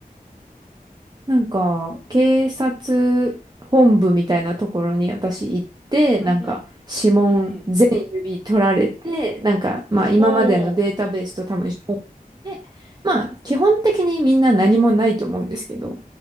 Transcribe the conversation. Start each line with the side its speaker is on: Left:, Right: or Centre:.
Right: なんか、警察本部みたいなところに私行って、
Centre: うんうん。
Right: なんか、指紋全指取られて、
Centre: うんうん。
Right: なんか、まあ今までのデータベースと多分照合して、
Centre: ほう。
Right: まあ基本的にみんな何もないと思うんですけど、